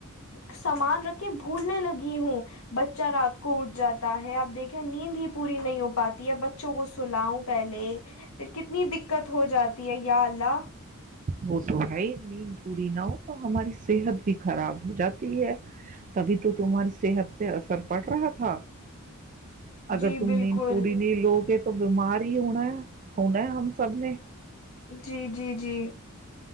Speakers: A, on the left; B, on the right.
A: سامان رکھ کے بھولنے لگی ہوں بچہ رات کو اٹھ جاتا ہے اپ دیکھے نیند ہی پوری نہیں ہو پاتی ہے بچوں کو سلاؤں پہلے پھر کتنی دقت ہو جاتی ہے یا اللہ
B: وہ تو ہے نیند پوری نہ ہو تو ہماری صحت بھی خراب ہو جاتی ہے تبھی تو تمہاری صحت پہ اثر پڑ رہا تھا اگر
A: جی
B: تم
A: بالکل
B: نیند پوڑی نہیں لو گے تو بیمار ہی ہونا ہے ہونا ہے ہم سب نے
A: جی جی جی